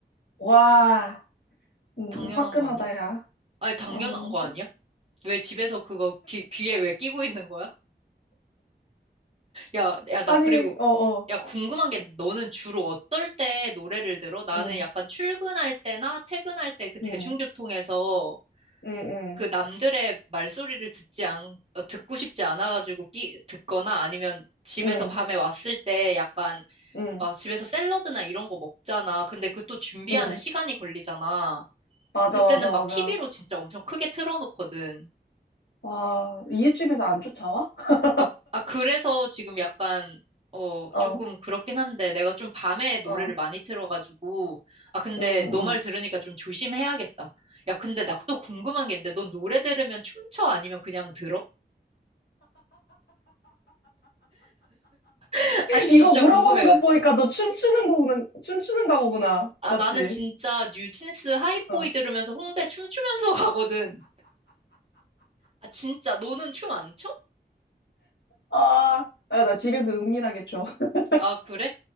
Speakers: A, on the left; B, on the right.
A: 와, 음,
B: 당연한
A: 화끈하다,
B: 거 아니야?
A: 야.
B: 아니, 당연한
A: 어,
B: 거 아니야? 왜 집에서 그거 귀, 귀에 왜 끼고 있는 거야? 야, 야, 나
A: 아니,
B: 그리고,
A: 어, 어,
B: 야, 궁금한 게 너는 주로 어떨 때 노래를 들어? 나는
A: 응,
B: 약간 출근할 때나 퇴근할 때 그 대중교통에서
A: 응, 응,
B: 그
A: 응,
B: 남들의 말소리를 듣지 않, 어, 듣고 싶지 않아가지고 끼, 듣거나 아니면 집에서
A: 응,
B: 밤에 왔을 때 약간
A: 응,
B: 아, 집에서 샐러드나 이런 거 먹잖아. 근데 그 또 준비하는
A: 응.
B: 시간이 걸리잖아.
A: 맞아,
B: 그때는
A: 맞아, 맞아.
B: 막 TV로 진짜 엄청 크게 틀어놓거든.
A: 와, 이웃집에서 안 쫓아와? <laughs>
B: 아, 아, 그래서 지금 약간, 어,
A: 어,
B: 조금 그렇긴 한데 내가 좀 밤에 노래를
A: 어,
B: 많이 틀어가지고. 아, 근데
A: 응,
B: 너 말
A: 응.
B: 들으니까 좀 조심해야겠다. 야, 근데 나 또 궁금한 게 있는데 넌 노래 들으면 춤춰? 아니면 그냥 들어? <laughs> 아니, 진짜
A: 이거 물어보는
B: 궁금해.
A: 거 보니까 너 춤추는 거구나, 춤추는가 보구나.
B: 아,
A: 맞지?
B: 나는 진짜 뉴진스 하이보이
A: 어,
B: 들으면서 홍대 춤추면서 <laughs> 가거든. 아, 진짜 너는 춤 안 춰?
A: 아, 아, 나 집에서 은밀하게 춰. <laughs>
B: 아, 그래?